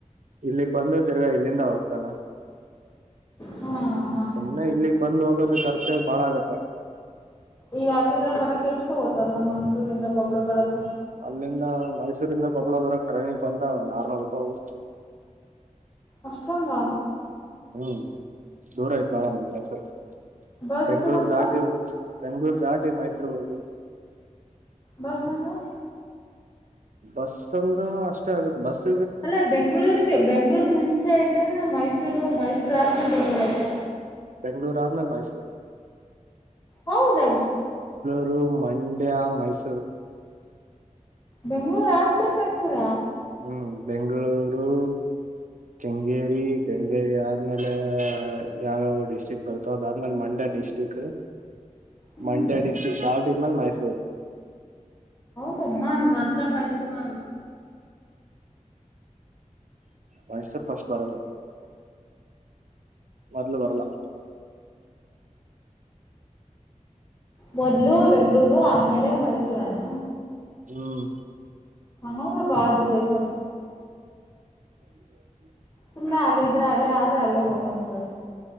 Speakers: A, on the right; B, on the left.
A: ಇಲ್ಲಿಗ್ ಬಂದ ತಿರ್ಗಾ ಇಲ್ಲಿಂದ ಹೋಗ್ತಾನ
B: ಹಾ ಹಾ
A: ಸುಮನೆ ಇಲ್ಲಿಗ್ ಬಂದು ಹೋಗೋದು ಖರ್ಚಾಗ ಬಾಳ ಆಗುತ್ತೆ.
B: ಈಗ ಅಲ್ಲಿದ್ರ ಬರಕ್ ಎಷ್ಟು ಹೋತಾರ ಮೈಸೂರಿಂದ ಕೊಬ್ಬಳ ಬರಕ್.
A: ಅಲ್ಲಿಂದ ಮೈಸೂರಿಂದ ಕೊಬಳದರಕ್ ಟ್ರೈನಿಗೆ ಬಂದ್ರೆ ಒಂದ್ ಆರ್ನೂರು ರೂಪಾಯಿ ಹೋಗುತ್ತೆ.
B: ಅಷ್ಟೊಂದ.
A: ಹ್ಮ್ ದೂರ ಆತ್ತೆ ಬಹಳ ಮೈಸೂರು.
B: ಬಸ್ಗಂದ್ರ
A: ಬೆಂಗಳೂರು ದಾಟಿ ಹೋಗಬೇಕು. ಬೆಂಗಳೂರು ದಾಟಿ ಮೈಸೂರು ಹೋಗಬೋದು.
B: ಬಸ್ ಬೇಂದ್ರೆ.
A: ಬಸ್ ಅಂದ್ರ ಅಷ್ಟೇ ಆಗತ್ ಬಸ್.
B: ಅಲ್ಲ ಬೆಂಗಳೂರಿಗೆ ಬೆಂಗಳೂರ್ ಮುಂ ಇತೆನ್ ಮೈಸೂರು ಮೈಸೂರ್ ಅಧ್ಮೆಮೇಲೆ ಬೆಂಗಳೂರು ಆಯ್ತಾ.
A: ಬೆಂಗಳೂರು ಆದ್ಮೇಲೆ ಮೈಸೂರು.
B: ಹೌದಾ
A: ಮರು ಮಂಡ್ಯ ಮೈಸೂರು
B: ಬೆಂಗಳೂರು ಆದ್ಮೇಲೆ ಮೈಸೂರ.
A: ಹ್ಮ್ ಬೆಂಗಳೂರು ಕೆಂಗೇರಿ ಕೆಂಗೇರಿ ಆದ್ಮೇಲೆ ಯಾವ್ಯಾವ ಡಿಸ್ಟ್ರಿಕ್ ಬರ್ತೋ ಅದಾದ್ಮೇಲೆ ಮಂಡ್ಯ ಡಿಸ್ಟ್ರಿಕ್
B: ಹ್ಮ್
A: ಮಂಡ್ಯ ಡಿಸ್ಟ್ರಿಕ್ ಧಾಟಿಧ್ಮೇಲೆ ಮೈಸೂರು.
B: ಹಮ್ಮನ್ ಮೊದಲೇ ಮೈಸೂರು
A: ಮೈಸೂರು ಫಸ್ಟ್ ಬರಲಾ. ಮೊದಲು ಬರಲಾ.
B: ಮೊದ್ಲು ಬೆಂಗಳೂರು ಆಮೇಲೆ ಮೈಸೂರನಾ
A: ಹ್ಮ್
B: ಹಡ ಬಾಳ ದೂರ ಐತ್ತೆ.
A: ಹ್ಮ <inaudible>
B: ಸುಮ್ನೆ ಅಲ್ಲೇ ಇದ್ರೆ ಅಲ್ಲೇ ಆದ್ರೆ ಅಲ್ಲೇ ಹೋಗಂತ ಬ